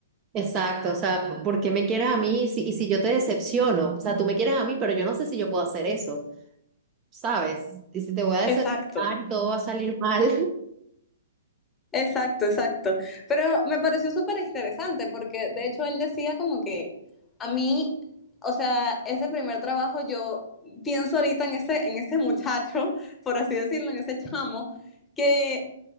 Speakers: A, on the right; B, on the left.
A: Exacto, o sea, ¿por qué me quieres a mí y si, y si yo te decepciono? O sea, tú me quieres a mí, pero yo no sé si yo puedo hacer eso, ¿sabes? Y si te voy a decepcionar,
B: Exacto.
A: todo va a salir mal.
B: Exacto, exacto. Pero me pareció súper interesante porque de hecho él decía como que a mí, o sea, ese primer trabajo yo pienso ahorita en ese, en ese muchacho, <laughs> por así decirlo, en ese chamo, que